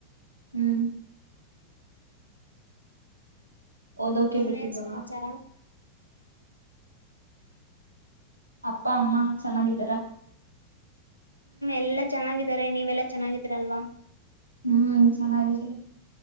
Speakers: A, on the right; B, on the left.
A: ಹ್ಮ್ ಓದೋಕೆ
B: ಇನ್ನೇನ್
A: ಬಿಟ್ಟಿದ್ದವ.
B: ಸಮಾಚಾರ
A: ಅಪ್ಪ ಅಮ್ಮ ಚೆನ್ನಾಗಿದ್ದಾರ
B: ಹ್ಮ್ ಎಲ್ಲಾ ಚೆನ್ನಾಗಿದ್ದಾರೆ ನೀವೆಲ್ಲಾ ಚೆನ್ನಾಗಿದ್ದೀರಲ್ವಾ?
A: ಹ್ಮ್ ಚೆನ್ನಾಗಿದೆ